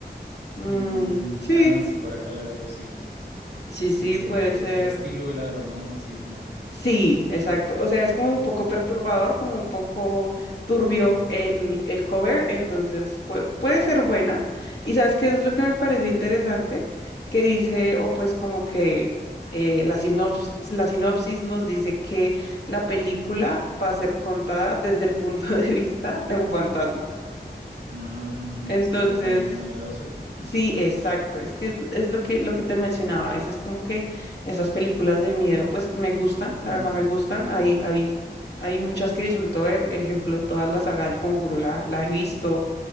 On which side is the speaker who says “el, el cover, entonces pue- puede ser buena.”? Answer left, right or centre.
Left